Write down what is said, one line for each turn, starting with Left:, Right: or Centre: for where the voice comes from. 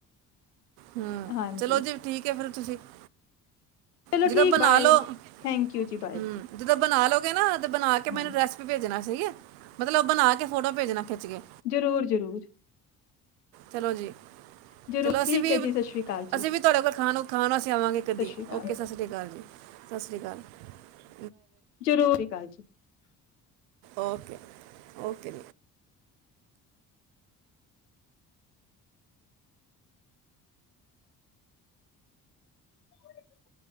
Right: ਹਮ,
Left: ਹਾਂਜੀ
Right: ਚਲੋ ਜੀ ਠੀਕ ਹੈ ਫੇਰ। ਤੁਸੀਂ <unintelligible>
Left: ਚਲੋ
Right: ਜਦੋਂ
Left: ਠੀਕ
Right: ਬਣਾ
Left: ਬਾਏ।
Right: ਲਓ
Left: ਥੈਂਕ ਯੂ ਜੀ, ਬਾਏ।
Right: ਹੂੰ ਜਦੋਂ ਬਨਾ ਲਓਗੇ ਨਾ <unintelligible> ਬਣਾ ਕੇ ਮੈਨ
Left: ਹਾਂ
Right: ਰੈਸਪੀ ਭੇਜਣਾ ਠੀਕ ਹੈ, ਮਤਲਬ ਬਣਾ ਕੇ ਫੋਟੋ ਭੇਜਣਾ। ਖਿੱਚ ਕੇ
Left: ਜ਼ਰੂਰ-ਜ਼ਰੂਰ।
Right: ਚਲੋ ਜੀ
Left: ਜ਼ਰੂਰ
Right: ਚਲੋ,
Left: ਠੀਕ
Right: ਅਸੀਂ ਵੀ
Left: ਹੈ ਜੀ ਸਤਿ ਸ਼੍ਰੀ ਅਕਾਲ ਜੀ
Right: ਅਸੀਂ ਵੀ ਤੁਹਾਡੇ ਕੋਲ ਖਾਣ-ਖਾਣ ਵਾਸ ਆਵਾਂਗੇ
Left: ਸਤਿ
Right: ਕਦੀ
Left: ਸ਼੍ਰੀ ਅਕਾਲ
Right: ਓਕੇ ਸਤਿ ਸ੍ਰੀ ਅਕਾਲ ਜੀ। ਸਤ੍ਰੀ ਗੱਲ <unintelligible>
Left: ਜ਼ਰੂਰੀ ਗੱਲ ਜੀ <unintelligible>
Right: ਓਕੇ-ਓਕੇ
Left: ਜੀ